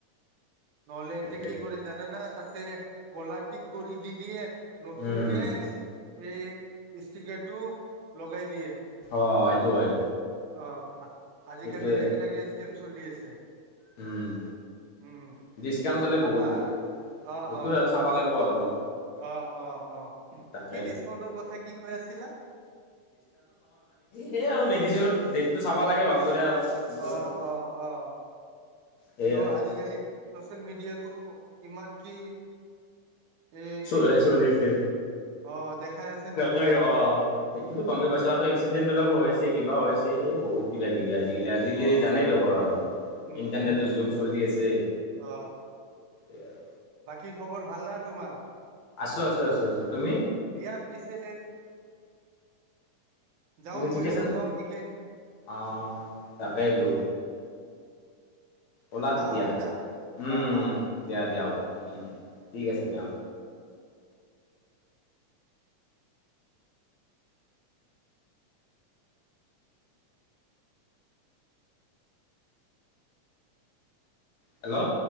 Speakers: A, on the right; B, on the left.
A: নহ'লেতে
B: সেইটোৱে
A: কি কৰে জানে না, তাতে কলা টিক কৰি দি‌ দিয়ে নতুনকে
B: উম
A: এই ষ্টিকাৰটো লগাই দিয়ে।
B: অ' সেইটো হয়।
A: অ'! আজিকালিৰ
B: সেইটোৱে
A: এইবিলাকে গেম চলি আছে।
B: উম!
A: উম
B: ডিচকাউণ্ট
A: অলপ
B: চলে
A: চাবা,
B: বহুত
A: অ'
B: সেইটোৱে
A: অ'
B: আৰু চাব লাগিব আৰু অলপ
A: আহ, অ, আহ,
B: তাকে
A: কি ডিচকাউন্টৰ কথা কি কৈ আছিলা?
B: সেয়ে আৰু, ‌ মেডিচিননৰ ডেটটো চাব লাগে ভালদৰে আৰু। এইটো
A: অ'
B: আৰু
A: অ' অ'
B: সেই
A: কিয়
B: আৰু
A: আজিকালি চচিয়েল মিডিয়াতটো কিমান কি এ
B: চ'
A: কি ক
B: চলি আছে,
A: অ দেখাই আছে নহয়
B: তাকে অ সেইটোতো গমেই পাইছোঁ আৰু এক্সিডেন্ট বিলাকো হৈ আছে। কিবা হৈছে এই বহুত কিবা কিবি আজি আজিকালি, আজিকালি
A: অ
B: জানেই দেখোন আৰু
A: উম
B: ইণ্টাৰনেটৰ
A: উম
B: যুগ
A: উম
B: চলি আছেই,
A: অ
B: আৰু
A: বাকী খবৰ ভাল না তোমাৰ?
B: আছো আছো আছো আছো তুমি
A: দিয়া পিছে যাওঁ
B: তুমি
A: ময়ো
B: ঠিকে আছ
A: ওলাও নেকি
B: অ তাকাই তো ওলা
A: না
B: তেতিয়া
A: হয় না
B: উমম
A: অ অ
B: দিয়া দিয়া হ উম ঠিক আছে দিয়া হেল্ল'অ